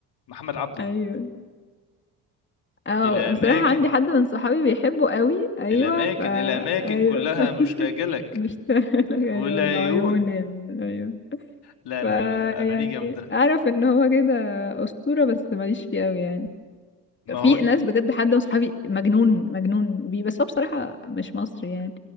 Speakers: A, on the left; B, on the left.
A: محمد عبده
B: ايوه اه
A: الاماكن
B: بصراحة عندي حد من صحابي بيحبه قوي ايوه
A: الاماكن
B: فا
A: الاماكن
B: ايوه
A: كلها
B: <laughs>
A: مشتاقه لك
B: مشتاق ايوه
A: والعيون
B: العيون ال... ايوه
A: لا
B: فا
A: لا لا اغانيه
B: يعني
A: جامده
B: اعرف ان هو كده اسطورة بس ماليش فيه قوي يعني
A: ما
B: في
A: هو
B: ناس
A: ك-
B: بجد حد من صحابي مجنون مجنون بيه بس هو بصراحة مش مصري يعني